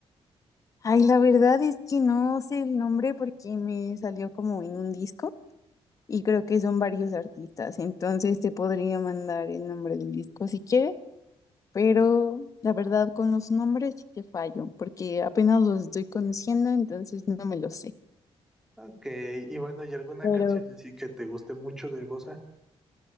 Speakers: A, on the left (about 30°); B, in the centre.
A: Ay, la verdad es que no sé el nombre porque me salió como en un disco y creo que son varios artistas, entonces te podría mandar el nombre del disco si quieres, pero la verdad con los nombres sí te fallo porque apenas los estoy conociendo, entonces no me los sé.
B: Ok, y bueno, ¿y alguna
A: Pero
B: canción así que te guste mucho de bossa?